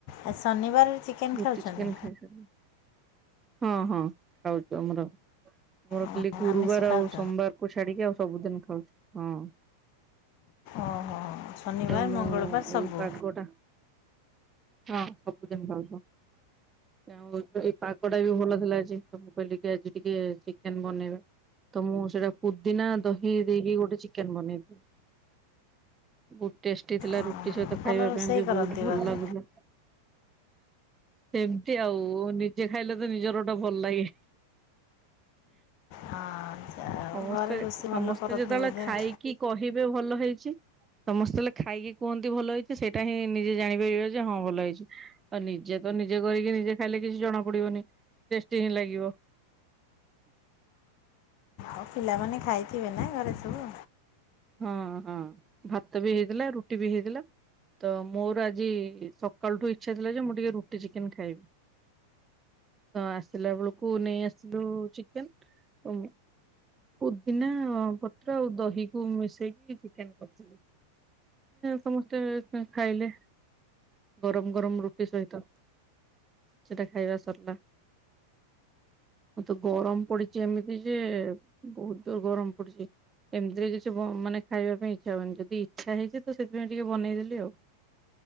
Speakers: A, on the left; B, on the right.
A: ଆ ଶନିବାର ଚିକେନ୍
B: ରୁଟି
A: ଖାଉଛନ୍ତି
B: ଚିକେନ ଖାଇ ସାର ହଁ ହଁ ଖାଉଛୁ ଆମରର
A: ଓହୋ
B: ଖାଲି ଗୁରୁବାର
A: ଆମିଷ ଖାଉଛ
B: ଆଉ ସୋମବାର କୁ ଛାଡ଼ିକରି ସବୁଦିନ ଖାଉଛି ହଁ
A: ଓହୋ ଶନିବାର
B: ତ ମୁଁ
A: ମଙ୍ଗଳବାର ସବୁ
B: ଏଇ ପାଗଟା ହଁ ସବୁଦିନ ଭଲ ଆଉ ଏଇ ପାଗ ପଟା ବି ଭଲ ଥିଲା ଆଜି ତମ କହିଲ କି ଆଜି ଟିକେ ଚିକେନ ବନେଇବା ତ ମୁଁ ସେଇଟା ପୁଦିନା ଦହି ଦେଇକି ଗୋଟେ ଚିକେନ ବନେଇଦି ବହୁତ ଟେଷ୍ଟି ଥିଲା
A: ଓହୋ
B: ରୁ ରୁଟି ସହିତ ଖାଇବା
A: ଭଲ ରୋଷେଇ
B: ପାଇଁ ବି
A: କରନ୍ତି
B: ବହୁତ ଭଲ
A: ବୋଧେ
B: ଲାଗୁଥିଲା ସେମତି ଆଉ ନି ନିଜ ଖାଇଲେ ତ ନିଜର ଟା ଭଲ ଲାଗେ
A: ହଁ ଯାହା ହଉ
B: ସମସ୍ତେ
A: ଘରେ ରୋଷେଇ
B: ସମସ୍ତେ
A: ଭଲ କରନ୍ତି
B: ଯେତେବେଳେ
A: ବୋଧେ
B: ଖାଇକି
A: ଆଉ
B: କହିବେ ଭଲ ହେଇଛି ସମସ୍ତେ ହେଲେ ଖାଇକି କୁହନ୍ତି ଭଲ ହେଇଛି ସେଇଟା ହିଁ ନିଜେ ଜାଣିପାରିବେ ଯେ ହଁ ଭଲ ହେଇଛି ଆଉ ନିଜେ ତ ନିଜେ କରିକି ନିଜେ ଖାଇଲେ କିଛି ଜଣା ପଡିବନି ଟେଷ୍ଟି ହିଁ ଲାଗିବ
A: ଆଉ ପିଲାମାନେ ଖାଇଥିବେ ନା ଘରେ ସବୁ।
B: ହଁ ହଁ। ଭାତ ବି ହେଇଥିଲା ରୁଟି ବି ହେଇଥିଲା ତ ମୋର ଆଜି ସକାଳୁଠୁ ଇଚ୍ଛା ଥିଲା ଯେ ମୁଁ ଟିକେ ରୁଟି ଚିକେନ ଖାଇବି ତ ଆସିଲା ବେଳକୁ ନେଇ ଆସିଲୁ ଚିକେନ ପୁଦିନା ପତ୍ର ଆଉ ଦହି। ମିଶେଇକି ଚିକେନ କରିଥିଲି ସମସ୍ତେ ଖାଇଲେ ଗରମ ଗରମ ରୁଟି ସହିତ ସେଟା ଖାଇବା ସରିଲା ତ ଗରମ ପଡିଚି ଏମିତି ଯେ ବହୁତ ଗରମ ପଡିଛି ଏମିତିରେ ବି କିଚି ମାନେ ଖାଇବା ପାଇଁ ଇଚ୍ଛା ହଉନି ଯଦି ଇଚ୍ଛା ହେଇଛି ତ ସେଥିପାଇଁ ଟିକେ ବନେଇଦେଲି ଆଉ।